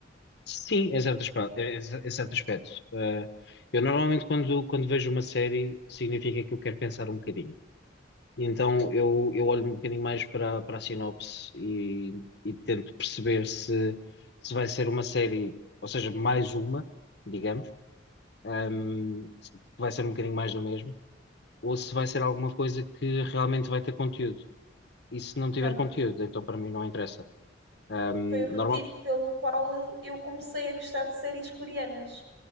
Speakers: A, on the left; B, on the right.
A: Sim, em certo aspecto. Em em certo aspecto. Eh, eu normalmente quando, quando vejo uma série significa que eu quero pensar um bocadinho. E então eu, eu olho um bocadinho mais para, para a sinopse e, e tento perceber se, se vai ser uma série, ou seja, mais uma, digamos, ehm, se vai ser um bocadinho mais do mesmo, ou se vai ser alguma coisa que realmente vai ter conteúdo. E se não tiver
B: Pronto,
A: conteúdo, então para mim não interessa. Ahm,
B: foi o motivo
A: normal.
B: pelo qual eu comecei a gostar de séries coreanas.